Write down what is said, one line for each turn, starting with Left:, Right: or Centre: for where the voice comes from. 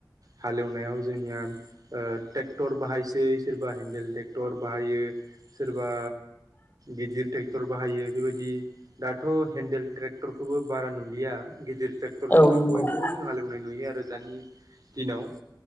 Right: हालेवनायाव जोंनिया ओ ट्रेक्टर बाहायसै सोरबा हेन्देल ट्रेक्टर बाहायो सोरबा गिदिर ट्रेक्टर बाहायो बेबायदि दाथ हेन्देल ट्रेक्टरखौबो बारा नुलिया गिदिर ट्रेक्टरजोंनो
Left: औ नंगौ
Right: बयखौबो
Left: नोंथां
Right: जों हालेवनाय नुयो आरो दानि दिनाव